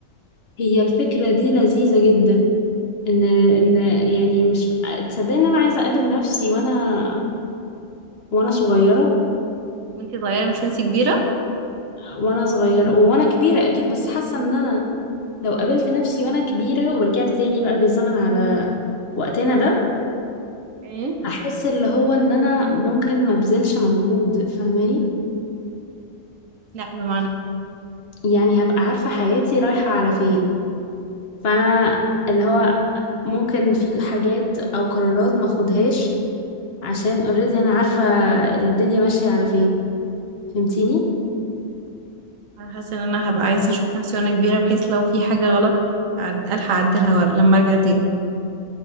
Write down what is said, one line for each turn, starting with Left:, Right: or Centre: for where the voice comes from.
Left: هي الفكرة دي لذيذة جدا ان ان يعني مش تصدقني ان انا عايزة اقابل نفسي وانا وانا صغيرة
Right: وانتي صغيرة مش وانتي كبيرة
Left: وانا صغيرة وانا كبيرة اكيد بس حاسة ان انا لو قابلت نفسي وانا كبيرة ورجعت تاني بقى بالزمن على وقتنا ده
Right: ايه
Left: هحس اللي هو ان انا ممكن ما بذلش مجهود فاهماني
Right: لا بمعنى
Left: يعني هبقى عارفة حياتي رايحة على فين فانا اللي هو ممكن في حاجات او قرارات ما اخدهاش عشان اوريدي انا عارفة الدنيا ماشية على فين فهمتيني
Right: انا حاسة ان انا هبقى عايزة اشوف نفسي وانا كبيرة بحيث لو في حاجة غلط أعد- الحق اعدلها ور- لما ارجع تاني